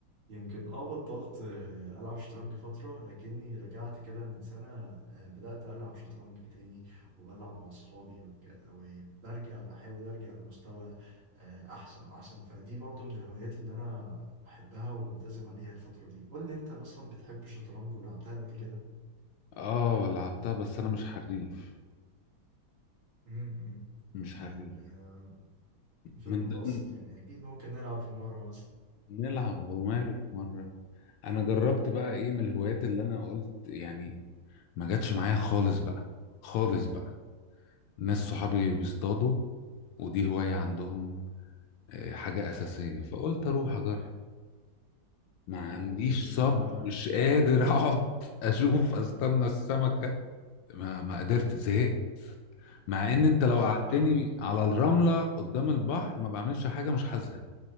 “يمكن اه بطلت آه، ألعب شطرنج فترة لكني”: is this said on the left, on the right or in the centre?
Right